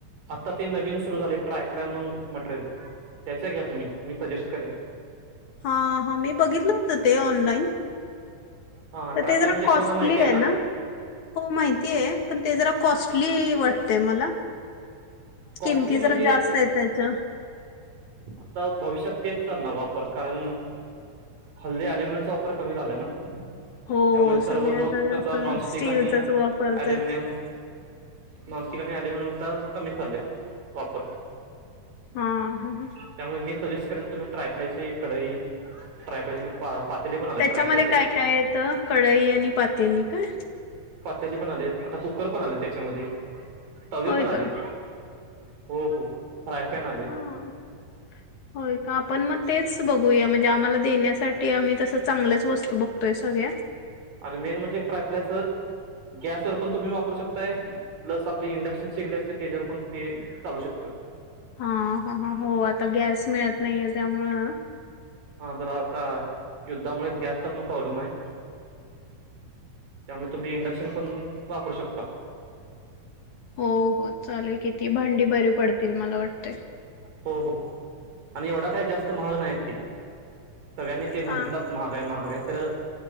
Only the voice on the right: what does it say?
आता ते नवीन सुरू झालय ट्रायप्लाय म्हणून मटरेल त्याच्या घ्या तुम्ही मी सजेस्ट करेन.
हां
ट्रायप्लाय
म्हणजे
तुम्हाला माहिती आहे
कॉस्टली
म्हणजे
आता भविष्यात तेच चालणार वापर कारण हल्ली अलुमिनियम चा वापर कमी झालंय ना. त्यामुळे
सर्व लोक
आता नॉनस्टिक
आणि
अल्युमिनियम नॉनस्टिक आणि अल्युमिनियमचा कमी चाललाय वापर.
त्यामुळे मी सजेस्ट करेन तुम्ही ट्राय ह्याची कढई ट्राय पाहिजे. पा पातेले पण आलेत
ट्रायप्लायची
तेली पण आलेत आता कुकर पण आलेत त्याच्यामध्ये तवे
पण आलेत.
हो हो फ्राय पॅन आलेत.
आणि मेन म्हणजे ट्रापलायच गॅसवर पण तुम्ही वापरू शकताय. प्लस आपली इंडक्शन शेगडी असतील तेज्यावर पण ते चालू
शकतं
हा बर आता युद्धामुळे गॅसचा पण प्रॉब्लेम आहे, त्यामुळे तुम्ही इंडक्शन पण मी वापरू शकता.
हो हो आणि एवढा काय जास्त महाग नाही आहेत ते. सगळ्यांनी ते म्हटलंच
महाग हाय, महाग हाय खर